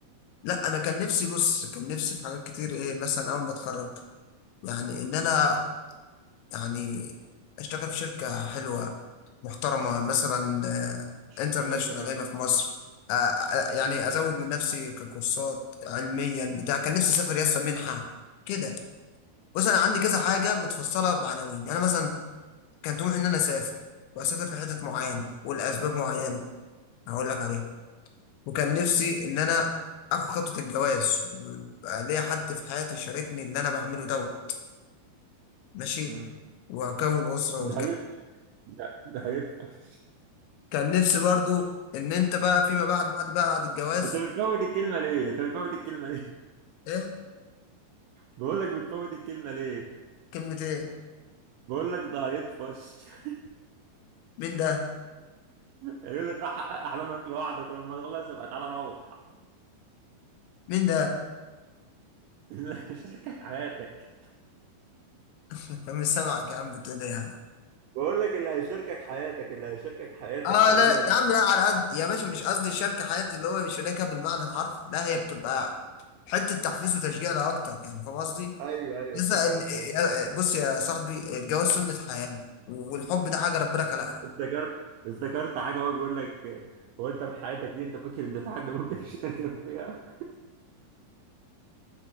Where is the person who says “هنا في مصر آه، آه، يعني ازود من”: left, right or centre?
Left